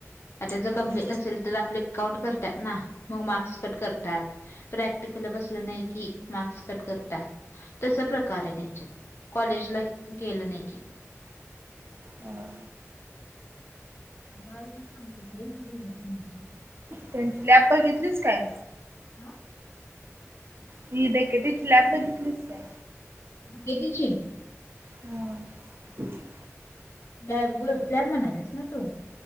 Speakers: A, on the left (about 55°); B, on the right (about 50°).
A: आता जर
B: हम्म
A: कंप्लेट नसेल तर आपले काउंट करत्यात ना मग मार्क्स कट करत्यात प्रॅक्टिकलला बसलं नाही की मार्क्स कट करत्यात तस प्रकार आहे त्यांच्यात कॉलेजला गेलं नाही की.
B: होय
A: मला ही सांगत होती, रूममेट माझी.
B: त्यांची लॅब बघितलीस काय?
A: आ.
B: ती डी के टि ची लॅब बघितलीस काय?
A: डी के टी ची.
B: हा <unintelligible>
A: लॅबु लॅब म्हणालियास ना तू.